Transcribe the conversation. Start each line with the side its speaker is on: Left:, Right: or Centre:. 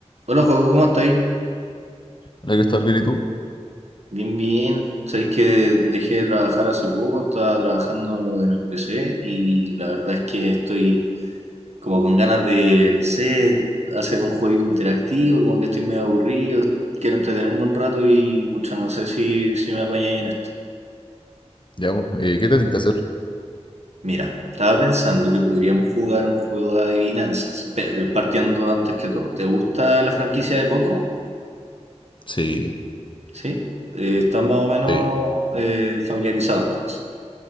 Right: Hola, Joaco, ¿cómo estáis?
Left: Hola, que estar bien, ¿y tú?
Right: Bien, bien. Sabéis que dejé de trabajar hace poco, estaba trabajando en el PC y la verdad es que estoy como con ganas de, no sé, hacer un jueguito interactivo, como que estoy medio aburrido, quiero entretenerme un rato y, pucha, no sé si, si me apañáis en esto.
Left: Ya, pues, eh, ¿qué tienen que hacer?
Right: Mira, estaba pensando que podríamos jugar un juego de adivinanzas, pero eh, partiendo antes que todo. ¿Te gusta la franquicia de Pokémon?
Left: Sí,
Right: ¿Sí? Eh, ¿estás más o menos
Left: sí,
Right: eh, familiarizado entonces?